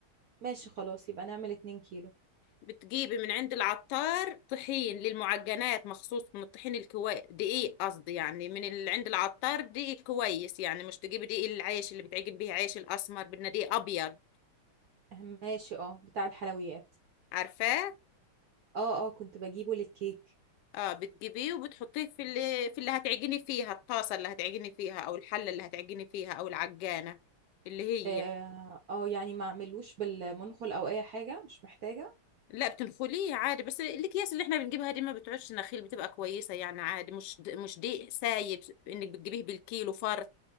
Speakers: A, on the right; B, on the left.
A: ماشي خلاص يبقى نعمل 2 كيلو
B: بتجيبي من عند العطار طحين للمعجنات مخصوص من الطحين الكويس دقيق قصدي يعني من اللي عند العطار دقيق كويس يعني مش تجيبي دقيق العيش اللي بتعجن بيه عيش الاسمر بدنا دقيق ابيض
A: أه، ماشي اه بتاع الحلويات
B: عارفاه
A: اه اه كنت بجيبه للكيك
B: اه بتجيبيه وبتحطيه في اللي في اللي هتعجني فيها الطاسه اللي هتعجني فيها او الحله اللي هتعجني فيها او العجانه اللي هي
A: اه آه، يعني ما اعملوش بالمنخل او اي حاجه مش محتاجه
B: لا بتنخليه عادي بس الاكياس اللي احنا بنجيبها دي ما بتعودش نخيل بتبقى كويسه يعني عادي مش د- مش دقيق سايب انك بتجيبيه بالكيلو فرط